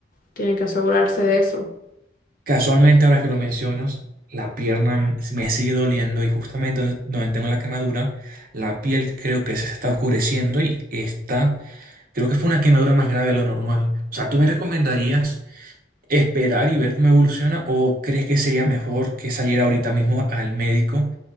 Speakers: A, on the left; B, on the right.
A: tienen que asegurarse de eso.
B: casualmente, ahora que lo mencionas, la pierna m- me sigue doliendo y justamente donde donde tengo la quemadura, la piel creo que se está oscureciendo y está, creo que fue una quemadura más grave de lo normal. O sea, ¿tú me recomendarías esperar y ver cómo evoluciona o crees que sería mejor que saliera ahorita mismo al médico